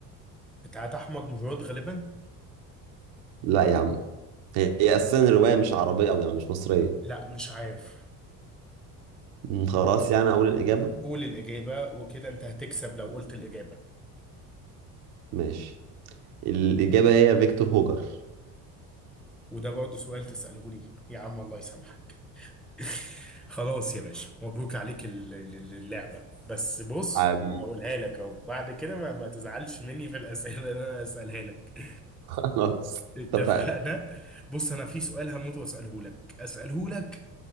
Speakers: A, in the centre; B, on the right.
A: بتاعت أحمد مراد غالبا
B: لا يا عم هي هي اساسا الرواية مش عربية او يعني مش مصرية
A: لا مش عارف
B: مم، خلاص يعني اقول الإجابة
A: قول الإجابة وكده أنت هتكسب لو قلت الإجابة
B: ماشي الإجابة هي فيكتور هوجر
A: وده برضه سؤال تسأله لي يا عم الله يسامحك <laughs> خلاص يا باشا مبروك عليك ال- ال- اللعبة بس بص
B: <laughs> حبيبي
A: هقولها لك اهو بعد كده ما, ما تزعلش مني في الأسئلة اللي انا هسألها لك
B: <laughs> خلاص
A: اتفقنا
B: اتفقنا
A: بص انا في سؤال هموت واساله لك اساله لك